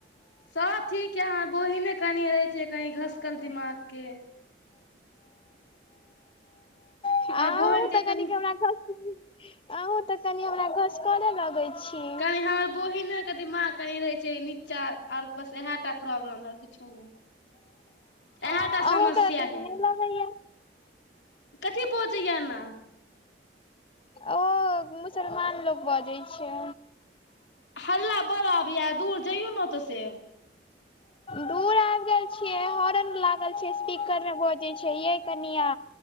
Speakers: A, on the left; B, on the left.
A: सब ठीक यै, हमर बहिने कनि रहै छै क‌नि घसकल दिमाग के।
B: अहुं
A: हँ बहिन के
B: तऽ कनिक
A: कनि
B: हमरा घस अहूँ तऽ कनि हमरा घसकले लगै छी।
A: कनि हमर बहिने के दिमाग कनि रहै छै नीचा आर बस इहे टा प्रॉब्लम है आर कुछो नै। इहे
B: अहूँके
A: टा समस्या
B: तेहने
A: हइ।
B: लगैया
A: कथि बजैये एना।
B: ओ मुसलमान लोक बजै छै।
A: हल्ला बड़ आबैये दूर जइयौ न तऽ से।
B: दूर आबि गेल छियै हॉर्न लागल छै, स्पीकरमे बजै छै यै कनिया।